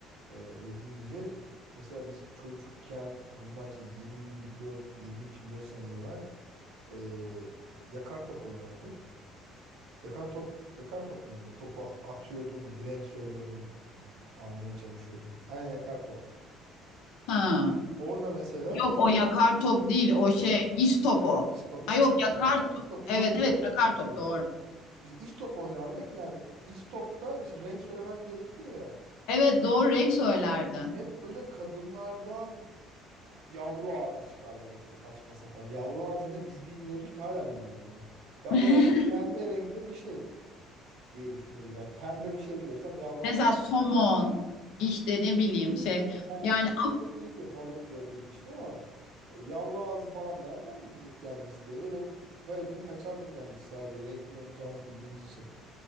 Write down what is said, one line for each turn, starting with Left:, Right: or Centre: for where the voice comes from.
Right: Ee, öyle deyince mesela biz çocukken bundan işte 24, 23, 24 sene evvel e, yakar top oynardık. Yakar top yakar top muydu? o? Topa atıyordun, bir renk söylüyordun, almaya çalışıyordun. Aynen yakar top.
Left: Ha.
Right: Orada mesela
Left: Yok o yakar top değil
Right: Evet.
Left: o şey istop o.
Right: İstop, istop,
Left: Ha yok
Right: aynen.
Left: yakar
Right: İstop,
Left: top.
Right: yok
Left: Evet
Right: yok
Left: evet
Right: istop,
Left: yakar
Right: istop
Left: top
Right: doğru.
Left: doğru.
Right: İşte istop oynardık yani istopta işte renk söylemen gerekiyor ya.
Left: Evet doğru renk söylerdin.
Right: Hep böyle kadınlardan Yavru ağzı çıkardı mesela saçma sapan. Yavru ağzı ne biz bilmiyorduk ki hala bilmiyorum ben. Yavru
Left: <laughs>
Right: ağzı pembe renkte bir şey diye düşünürdüm. ben. pembe bir şey görsem yavru
Left: Mesela
Right: ağzı.
Left: somon işte ne bileyim şey
Right: Somon
Left: yani
Right: gözlerine
Left: a-
Right: geliyor balık gördüğüm için ama e, yavru ağzı falan nereden bilecek yani biz de öyle garibim kaçardık yani biz sadece renk bulamayacağımızı bildiğimiz için.